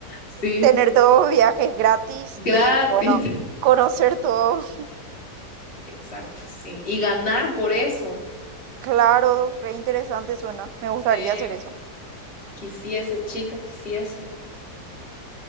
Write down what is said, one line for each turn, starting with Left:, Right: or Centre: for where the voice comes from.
Left: Sí,
Right: tener todos viajes gratis
Left: gratis.
Right: y bueno, conocer todo.
Left: Exacto, sí. Y ganar por eso.
Right: Claro, re interesante suena. Me gustaría
Left: Porque
Right: hacer eso.
Left: quisiese, chica, quisiese.